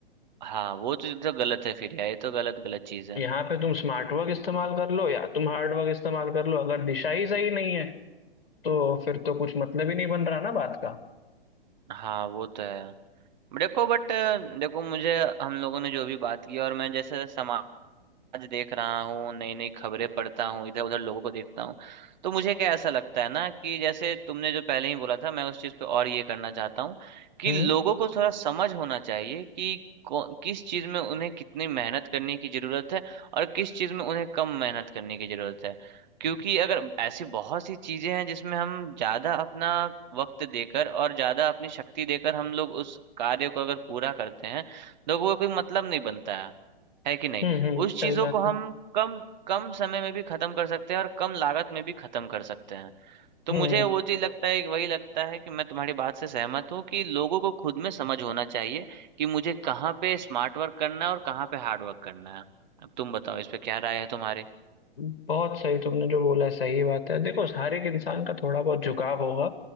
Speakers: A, on the right; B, on the left.
A: हाँ वो तो तो गलत है फिर यार ये तो गलत गलत चीज़ है
B: यहाँ पे तुम स्मार्ट वर्क इस्तेमाल कर लो या तुम हार्ड वर्क इस्तेमाल कर लो अगर दिशा ही सही नहीं है तो फिर तो कुछ मतलब ही नहीं बन रहा ना बात का
A: हाँ वो तो है देखो बट देखो मुझे हम लोगों ने जो भी बात की और मैं जैसे समाज आज देख रहा हूँ नई नई खबरें पढ़ता हूँ इधर उधर लोगों को देखता हूँ तो मुझे क्या ऐसा लगता है ना कि जैसे तुमने जो पहले ही बोला था मैं उस चीज़ पे और ये करना चाहता हूँ कि
B: हम्म
A: लोगों को थोड़ा समझ होना चाहिए कि कौ- किस चीज़ में उन्हें कितनी मेहनत करने की ज़रूरत है और किस चीज़ में उन्हें कम मेहनत करने की ज़रूरत है क्योंकि अगर ऐसी बहुत सी चीज़ें हैं जिसमें हम ज़्यादा अपना वक्त देकर और ज़्यादा अपनी शक्ति देकर हम लोग उस कार्य को अगर पूरा करते हैं तो वो कोई मतलब नहीं बनता है है कि नहीं
B: हम्म हम्म
A: उस चीजों
B: सही बात
A: को
B: है
A: हम कम कम समय में भी खत्म कर सकते हैं और कम लागत में भी खत्म कर सकते हैं तो
B: हम्म
A: मुझे वो चीज लगता है वही लगता है कि मैं तुम्हारी बात से सहमत हूँ कि लोगों को खुद में समझ होना चाहिए कि मुझे कहाँ पे स्मार्ट वर्क करना है और कहाँ पे हार्ड वर्क करना है अब तुम बताओ इस पे क्या राय है तुम्हारी
B: हम्म, बहुत सही तुमने जो बोला है, सही बात है देखो हर एक इंसान का थोड़ा बहुत झुकाव होगा